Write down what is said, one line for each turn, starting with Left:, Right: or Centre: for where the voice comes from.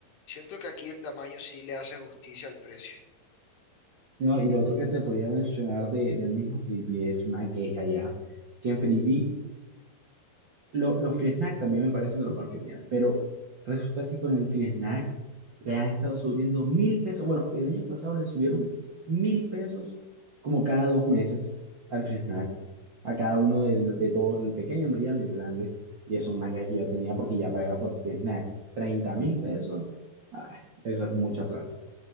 Left: Siento que aquí el tamaño sí le hace justicia al precio.
Right: No, y lo otro que te podía mencionar de, del mismo Frisbee es una queja ya, que en Frisbee lo- los free snack también me parecen de lo mejor que tienen, pero resulta que con el free snack le han estado subiendo mil pesos. Bueno, el año pasado le subieron mil pesos como cada dos meses al free snack, a cada uno de, de todos, el pequeño, mediano y el grande. Y eso es una queja que yo tenía porque ya pagaba por free snack 30 mil pesos. ah, eso es mucha plata.